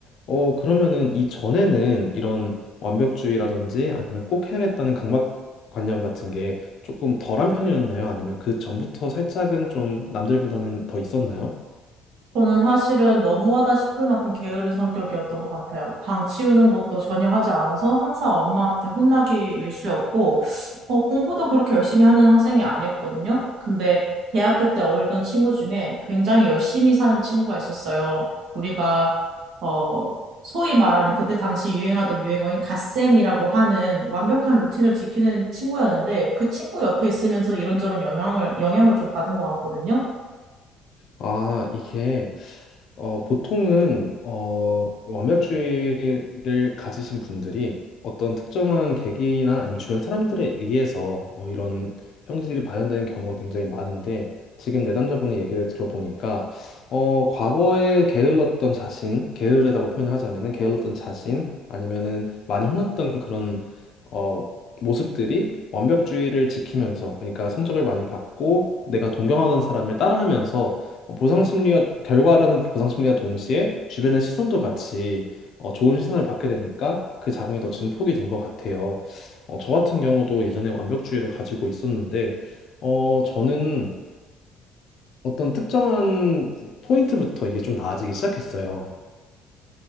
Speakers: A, on the left; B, on the right.
A: 어, 그러면은 이전에는 이런 완벽주의라든지 아니면 꼭 해야겠다는 강박관념 같은 게 조금 덜한 편이었나요? 아니면 그 전부터 살짝은 좀 남들보다는 더 있었나요?
B: 저는 사실은 너무하다 싶을 만큼 게으른 성격이었던 것 같아요. 방 치우는 것도 전혀 하지 않아서 항상 엄마한테 혼나기 일쑤였고, 어, 공부도 그렇게 열심히 하는 학생이 아니었거든요. 근데 대학교 때 어울던 친구 중에 굉장히 열심히 사는 친구가 있었어요. 우리가, 어, 소위 말하는 그때 당시 유행하던 유행어인 갓생이라고 하는 완벽한 루틴을 지키는 친구였는데 그 친구 옆에 있으면서 이런저런 영향을, 영향을 좀 받은 것 같거든요.
A: 아, 이게 어, 보통은 어, 완벽주의를 가지신 분들이 어떤 특정한 계기나 아니면 주변 사람들에 의해서 어, 이런 형질이 발현되는 경우가 굉장히 많은데 지금 내담자분의 얘기를 들어보니까 어, 과거에 게을렀던 자신, 게으르다고 표현을 하자면은 게을렀던 자신 아니면은 많이 혼났던 그런 어, 모습들이 완벽주의를 지키면서 그러니까 성적을 많이 받고 내가 동경하던 사람을 따라하면서 보상 심리와 결과라는 보상 심리와 동시에 주변의 시선도 같이 어, 좋은 시선을 받게 되니까 그 작용이 더 증폭이 된 것 같아요. 어, 저 같은 경우도 예전에 완벽주의를 가지고 있었는데 어, 저는 어떤 특정한 포인트부터 이게 좀 나아지기 시작했어요.